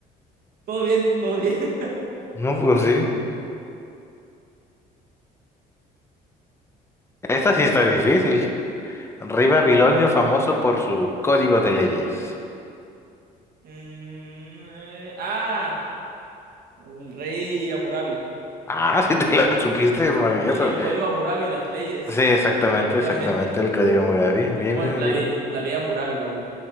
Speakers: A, on the right (about 65°); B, on the left (about 15°).
A: Todo bien, todo bien.
B: No, pues sí. Esta sí está difícil. Rey Babilonio, famoso por su código de leyes.
A: Mm, eh, ah, el rey Hammurabi.
B: Ah, <laughs> sí te la supiste, maravilloso.
A: Sí, el código Hammurabi, las leyes,
B: Sí, exactamente,
A: definitivamente.
B: exactamente el código Hammurabi. Bien,
A: Bueno,
B: bien,
A: la
B: bien.
A: ley, la ley Hammurabi, vaya.